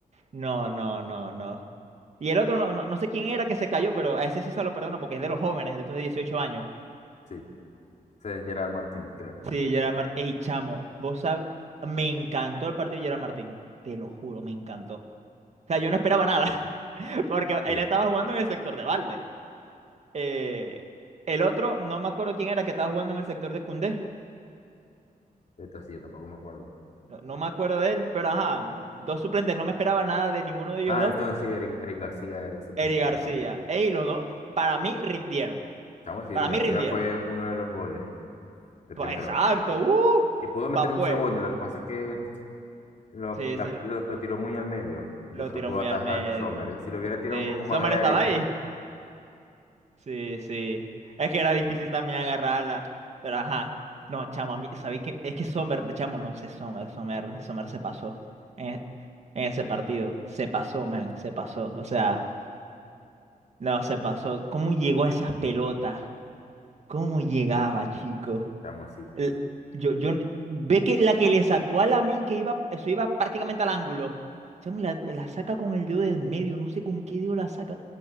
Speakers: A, on the right; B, on the left.
A: No, no, no, no. Y el otro, no, no, no sé quién era que se cayó, pero a ese sí se lo perdono porque es de los jóvenes, de estos de 18 años.
B: Sí, ese es Gerard Martín, creo.
A: Sí, Gerard Martín. Ey, chamo, vos sabes, me encantó el partido de Gerard Martín, te lo juro, me encantó. O sea, yo no esperaba nada, <laughs> porque
B: Sí,
A: él estaba jugando en el sector de balde. Eh, el otro, no me acuerdo quién era que estaba jugando en el sector de Koundé.
B: esto sí, yo tampoco me acuerdo.
A: No, no me acuerdo de él, pero ajá, dos suplentes, no me esperaba nada de ninguno de ellos
B: Ah,
A: dos.
B: entonces sí, Eric, Eric García era el suplente
A: Eri García.
B: de Valdés.
A: Ey, los dos, para mí rindieron.
B: Chamo, sí,
A: Para
B: Eric
A: mí
B: García
A: rindieron.
B: fue uno de los goles, el
A: Pues,
B: primero.
A: exacto, uh,
B: Y pudo meter
A: va
B: un
A: pues.
B: segundo, lo que pasa es que lo,
A: Sí,
B: la-
A: se
B: lo- lo tiró muy al medio, entonces
A: lo tiró
B: lo pudo
A: muy
B: atajar
A: al medio.
B: Sommer. Si lo hubiera tirado
A: Sí,
B: un poco más
A: Sommer
B: a la
A: estaba
B: derecha,
A: ahí. Sí, sí. Es que era difícil también agarrarla. Pero ajá. No, chamo, a mí, ¿sabéis qué? Es que Sommer, chamo, no sé, Sommer, Sommer, Sommer se pasó en, e- en ese partido. Se pasó, man, se pasó. O sea, no, se pasó. ¿Cómo llegó a esas pelotas? ¿Cómo llegaba, chico?
B: Chamo, sí.
A: El- yo, yo, ve que la que le sacó a Lamine, que iba, eso iba prácticamente al ángulo. Chamo, y la, la saca con el dedo del medio, no sé con qué dedo la saca.